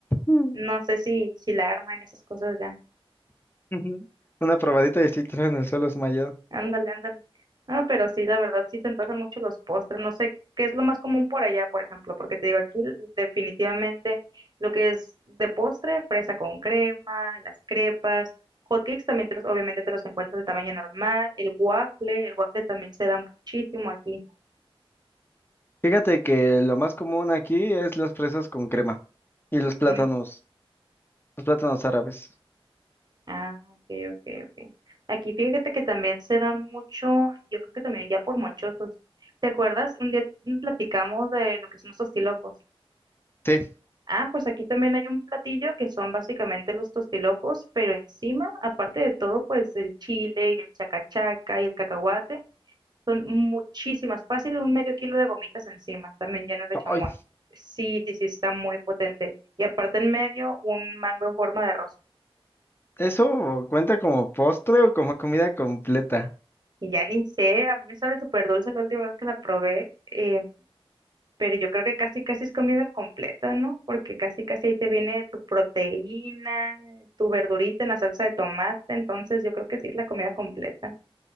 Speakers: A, on the left (about 25°); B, on the right (about 45°).
A: Mm.
B: no sé si, si la arma en esas cosas ya.
A: Ujú. Una probadita y estoy tirado en el suelo desmayado.
B: Ándale, ándale. Ah, pero sí, la verdad, sí se antojan mucho los postres. No sé qué es lo más común por allá, por ejemplo, porque te digo, aquí definitivamente lo que es de postre, fresa con crema, las crepas, hotcakes también te los, obviamente te los encuentras de tamaño normal, el waffle, el waffle también se da muchísimo aquí.
A: Fíjate que lo más común aquí es las fresas con crema y los plátanos,
B: Mm,
A: los plátanos árabes.
B: Ah, ok, ok, ok. Aquí fíjate que también se da mucho, yo creo que también ya por monchosos. ¿Te acuerdas? Un día platicamos de lo que son los tostilocos.
A: Sí,
B: Ah, pues aquí también hay un platillo que son básicamente los tostilocos, pero encima, aparte de todo, pues el chile y el chacachaca y el cacahuate, son muchísimas, fácil un medio kilo de gomitas encima, también llenas de chamoy.
A: ay,
B: Sí, sí, sí, está muy potente. Y aparte en medio, un mango en forma de rosa.
A: eso cuenta como postre o como comida completa.
B: Y ya ni sé, a mí me sabe súper dulce la última vez que la probé, eh, pero yo creo que casi casi es comida completa, ¿no? Porque casi casi ahí te viene tu proteína, tu verdurita en la salsa de tomate, entonces yo creo que sí es la comida completa.